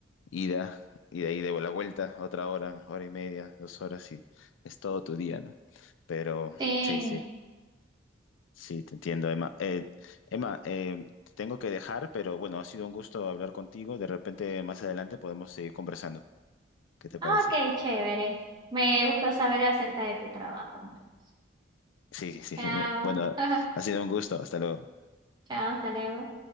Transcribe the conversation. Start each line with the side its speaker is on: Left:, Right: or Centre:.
Left: ida, y de ahí de la vuelta, otra hora, hora y media, dos horas y es todo tu día, ¿no? Pero
Right: sí.
Left: sí, sí, sí, te entiendo, Emma. Eh, Emma, eh, te tengo que dejar, pero bueno, ha sido un gusto hablar contigo. De repente más adelante podemos seguir conversando. ¿Qué te
Right: Ah,
Left: parece?
Right: Ok, chévere. Me gusta saber acerca de tu trabajo. entonces.
Left: Sí, <laughs> sí,
Right: Chao.
Left: bueno,
Right: <laughs>
Left: ha sido un gusto. Hasta luego.
Right: Chao, hasta luego.